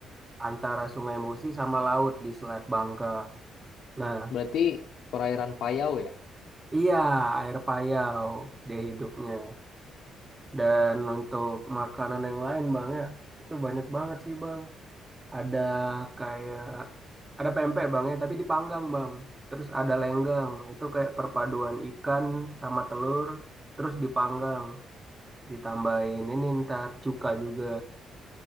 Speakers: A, on the right; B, on the left.
A: antara Sungai Musi sama laut di Selat Bangka. Nah,
B: Berarti perairan Payau ya.
A: iya air payau dia hidupnya. Dan untuk makanan yang lain Bang ya, itu banyak banget sih Bang. Ada kayak ada pempek Bang ya, tapi dipanggang Bang. Terus ada lenggang, itu kayak perpaduan ikan sama telur, terus dipanggang ditambahin ini ntar cuka juga